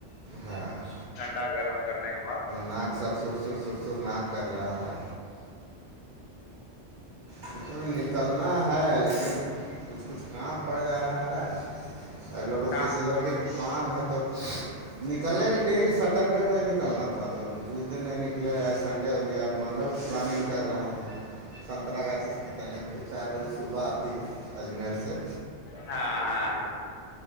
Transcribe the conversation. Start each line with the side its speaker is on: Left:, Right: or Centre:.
Right: ہاں
Left: ٹھنڈا گرم کرنے کے بعد
Right: ناک سب سر سر سرسر ناک کر رہا ہے ہم کوبھی نکلنا ہے لیکن کچھ کچھ کام پڑ جا رہا ہے ا لے ب
Left: کہاں
Right: کچھ ادھر بھی کام ہے تو نکلنے کے لیے ڈیلی سٹرڈے کو ہی نکلنا تھا تو اس دن نہیں نکلے آج سنڈے ہو گیا آپ منگل کی پلاننگ کر رہے ہیں سنترا گاچھی سے نکلنے کے لیے چار بجے صبح آتی ہے اجمیر سے
Left: ہاں ہاں